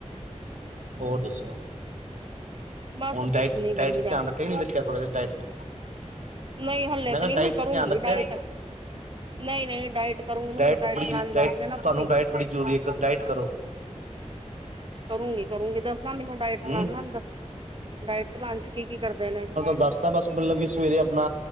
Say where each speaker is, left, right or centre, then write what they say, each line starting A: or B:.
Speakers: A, on the right; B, on the right.
A: ਹੋਰ ਦੱਸੋ
B: ਬਸ
A: ਹੁਣ ਡਾਇਟ
B: ਕੁਛ ਨੀ
A: ਡਾਇਟ
B: ਗਰਮੀ ਦਾ
A: ਧਿਆਨ ਰੱਖੇੀਿਆ ਥੋੜ੍ਹਾ ਜਿਹਾ ਡਾਇਟ
B: ਨਹੀਂ ਹਲੇ
A: ਮੈਂ
B: ਤੇ
A: ਕਿਹਾ
B: ਨੀ
A: ਡਾਇਟ
B: ਹੁਣ ਕਰੂੰਗੀ
A: ਚ ਧਿਆਨ ਰੱਖਿਆ
B: ਡਾਇਟ ਨਹੀਂ ਨਹੀਂ ਡਾਇਟ ਕਰੂੰਗੀ
A: ਡਾਇਟ
B: ਮੈਨੂੰ
A: ਬੜੀਰ
B: ਪਲਾਨ
A: ਡਾਇ
B: ਦੱਸ ਦੇਣਾ
A: ਤੁਹਾਨੂੰ
B: ਤੁਸੀਂ
A: ਡਾਇਟ ਬੜੀ ਜ਼ਰੂਰੀ ਹੈ ਡਾਇਟ ਕਰੋ
B: ਕਰੂੰਗੀ ਕਰੂੰਗੀ ਦੱਸਦਾ ਮੈਨੂੰ ਡਾਇਟ
A: ਹੂੰ
B: ਪਲਾਨ ਨਾ ਡਾਇਟ ਪਲਾਨ ਚ ਕੀ ਕੀ ਕਰਦੇ ਨੇ
A: ਦੱਸਦਾ ਬਸ ਮਤਲਬ ਕਿ ਸਵੇਰੇ ਆਪਣਾ